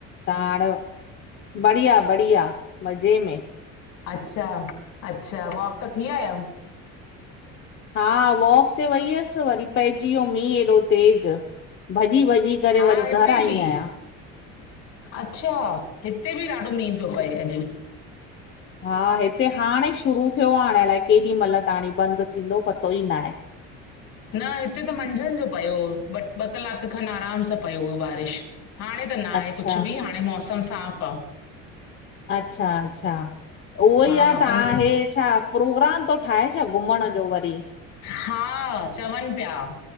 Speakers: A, on the left (about 40°); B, on the left (about 65°).
A: ताण बढ़िया- बढ़िया मज़े में।
B: अच्छा -अच्छा वॉक ता थी आयाव।
A: हा वॉक ते वई हुअसि वरी पंहिजी वियो मीं तेज, भॼी भॼी करे
B: हा
A: वरी
B: हिते
A: घर आई
B: बि
A: आहियां।
B: अच्छा हिते बि ॾाढो मींहुं पियो पए अॼु।
A: हा हिते हाणे शुरू थियो आहे हाणे अलाए केॾी महिल त ताणी बंदि थींदो पतो ई न आहे?
B: न हिते त मंझंन जो पियो ॿ ॿ कलाक खनि आराम सां पियो हुयो बारिश हाणे त न
A: अच्छा
B: आहे कुझु बि हाणे मौसम साफ़ आ।
A: अच्छा-अच्छा उहोई
B: हा
A: आहे त्हां
B: पर
A: हे छा प्रोग्राम थो ठाहे छा घुमण जो वरी
B: हा चवनि पिया